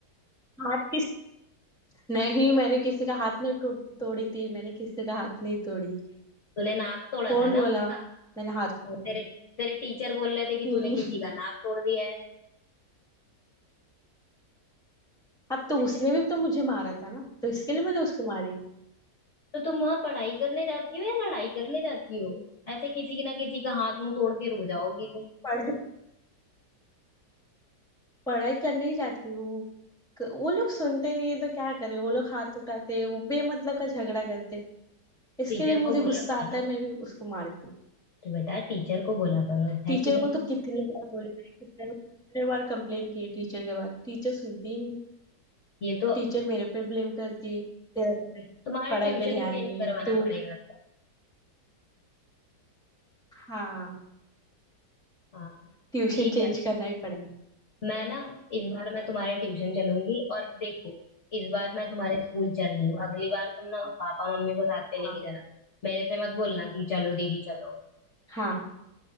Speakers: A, in the centre; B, on the left.
A: हाथ किस नहीं मैंने किसी का हाथ नहीं टो- तोड़ी थी मैंने किसी का हाथ नहीं तोड़ी
B: तूने नाक तोड़ा
A: कौन
B: था ना
A: बोला
B: उसका
A: मैंने हाथ तोड़ी
B: तेरे तेरे टीचर बोल रहे थे कि
A: हम्म
B: तूने किसी का नाक तोड़ दिया है
A: अब तो उसने
B: ऐसे
A: भी तो मुझे मारा था ना तो इसके लिए मैंने उसको मारी
B: तो तुम वहां पढ़ाई करने जाती हो या लड़ाई करने जाती हो ऐसे किसी ना किसी का हाथ मुंह तोड़ के रो जाओगी तुम
A: पढ़, पढ़ाई करने ही जाती हूँ वो वो लोग सुनते नहीं है तो क्या करे वो लोग हाथ उठाते वो बेमतलब का झगड़ा करते इसके
B: टीचर
A: लिए मुझे
B: को बोला
A: गुस्सा
B: करो
A: आता
B: ना
A: है मैं भी उसको मारती हूँ
B: तो बेटा टीचर को बोला करो है
A: टीचर
B: कि नहीं
A: को तो कितनी बार बोला है कितने कितने बार कंप्लेन की है टीचर के पास टीचर सुनती ही नहीं
B: ये तो
A: टीचर मेरे पे ब्लेम करती है तेरा पढ़ाई
B: तुम्हारा
A: पढ़ाई
B: ट्यूशन
A: पे ध्यान
B: ही चेंज
A: नहीं
B: करवाना
A: है तू
B: पड़ेगा
A: हाँ
B: हाँ
A: ट्यूशन
B: ठीक
A: चेंज
B: है
A: करना ही पड़ेगा
B: मैं ना इस बार मैं तुम्हारे ट्यूशन चलूंगी और देखो इस बार मैं तुम्हारे स्कूल चल रही हूँ अगली बार तुम ना पापा मम्मी को साथ पे लेके
A: हाँ
B: जाना मेरे से मत बोलना कि चलो दीदी चलो
A: हाँ